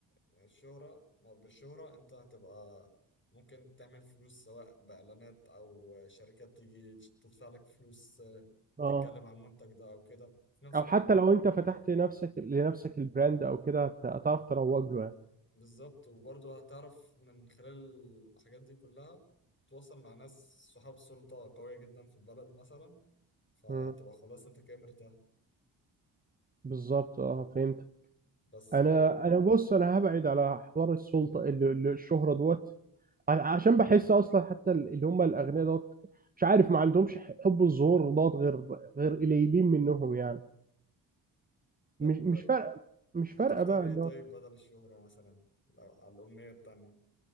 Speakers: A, on the left; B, on the right.
A: يعني الشهرة ما بالشهرة انت هتبقى ممكن تعمل فلوس سواء باعلانات او شركات تيجي تدفع لك فلوس آه،
B: اه
A: تتكلم عن المنتج ده او كده في نفس
B: او
A: الوقت
B: حتى لو انت فتحت نفسك لنفسك البراند او كده هت- هتعرف تروج له يعني
A: بالظبط وبرضه هتعرف من خلال الحاجات دي كلها تتواصل مع ناس صحاب سلطة قوية جدا في البلد مثلا فتبقى
B: مم.
A: خلاص انت كده مرتاح
B: بالظبط اه فهمت
A: بس
B: انا
A: آه،
B: انا بص انا هبعد على حوار السلطه ال- ال- الشهره دوت ع- عشان بحس اصلا حتى ال- اللي هم الاغنياء دوت مش عارف ما عندهمش ح- حب الظهور دوت غير غير قليلين منهم يعني
A: طب
B: مش مش فارقه مش فارقه
A: هتختار
B: بقى
A: ايه طيب بدل الشهرة مثلا لو على الأمنية التانية